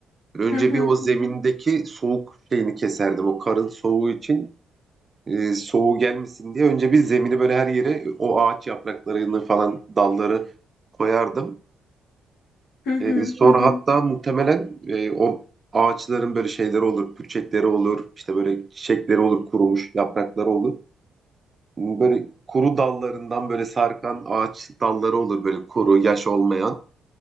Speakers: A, on the right; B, on the left.
A: Böyle
B: Hı
A: önce
B: hı
A: bir o zemindeki
B: hı
A: soğuk şeyini keserdim o karın soğuğu için e, soğuğu gelmesin diye önce bir zemini böyle her yere o ağaç yapraklarını falan dalları koyardım.
B: hı
A: E, sonra
B: hı hı
A: hatta muhtemelen e, o ağaçların böyle şeyleri olur, pürçekleri olur, işte böyle çiçekleri olur, kurumuş yaprakları olur. Böyle kuru dallarından böyle sarkan ağaç dalları olur böyle kuru, yaş olmayan.